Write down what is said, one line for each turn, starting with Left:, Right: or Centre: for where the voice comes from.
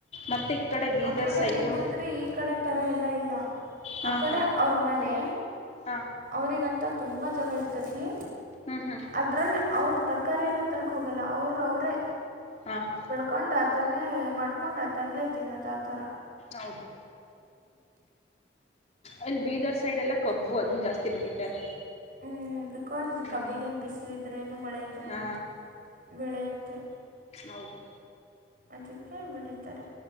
Left: ಮತ್ತೆ ಈ ಬೀದರ್
Right: ಆ ಕಡೆ
Left: ಸೈಡು
Right: ಹೆಂಗಂದ್ರೆ ಈ ಕಡೆ. ಇಥರ ಎಲ್ಲ ಇಲ್ಲ
Left: ಹಾ
Right: ಆ ಕಡೆ
Left: ಹಾ
Right: ಅವ್ರ್ ಮನೆ.
Left: ಹಾ
Right: ಅವರಿಗಂತ ತುಂಬ ಜಾಗ ಇರ್ತತಿ.
Left: ಹ್ಮ್ ಹ್ಮ್
Right: ಅದರಲ್ಲಿ ಅವರು ತರಕಾರಿಯೆಲ್ಲ ತರಕ ಹೋಗಲ್ಲ ಅವರ್ ಅವರೇ.
Left: ಹಾ ಹಾ
Right: ಕೊಂಡ್ ಅದನ್ನೇ ಮಾಡ್ಕೊಂಡ್ ಅದನ್ಲೇ ತಿನ್ನೋದು ಆತರ.
Left: ಹೌದು. ಅಲ್ಲಿ ಬೀದರ್ ಸೈಡ್ ಎಲ್ಲಾ ಕಬ್ಬು ಅದನ್ನ ಜಾಸ್ತಿ ಬೆಳಿತಾರೆ.
Right: ಹ್ಮ್ ಬಿಕಾಸ್
Left: ಹ್ಮ್
Right: ಕಬ್ಬಿಗೇನ್ ಬಿಸ್ಲಿದ್ರೇನು ಮಳೆ ಇದ್ರೇನು.
Left: ಹಾ
Right: ಬೆಳೆಯುತ್ತೆ.
Left: ಹೌದು
Right: ಅದಕ್ಕೆ ಬೆಳಿತಾರೆ.